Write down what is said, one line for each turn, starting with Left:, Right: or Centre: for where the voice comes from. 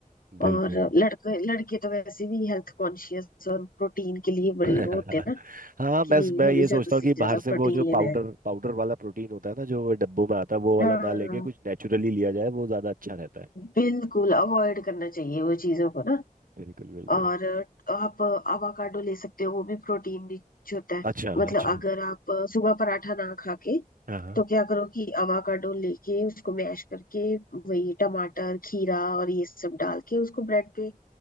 Right: बिल्कुल
Left: और लड़के लड़के तो वैसे भी हेल्थ कॉन्शियस और प्रोटीन के लिए
Right: <laughs>
Left: बड़े वो होते हैं ना
Right: हाँ मैं
Left: कि नहीं
Right: मैं
Left: हमें
Right: ये
Left: ज्यादा
Right: सोचता हूँ
Left: से
Right: कि
Left: ज्यादा
Right: बाहर से
Left: प्रोटीन
Right: वो जो पाउडर
Left: लेना है
Right: पाउडर वाला प्रोटीन होता है ना जो डब्बों में आता है वो वाला
Left: हाँ
Right: ना लेके कुछ नेचुरली लिया जाए वो ज्यादा अच्छा रहता है
Left: बिल्कुल अवॉइड करना चाहिए वो चीजों को ना
Right: बिल्कुल बिल्कुल
Left: और आप अवाकाडो ले सकते हो वो भी प्रोटीन रिच होता है
Right: अच्छा
Left: मतलब
Right: अच्छा
Left: अगर आप सुबह पराठा ना खा के
Right: हाँ हाँ
Left: तो क्या करो कि अवाकाडो लेके उसको मैश करके वही टमाटर खीरा और ये सब डाल के उसको ब्रेड पे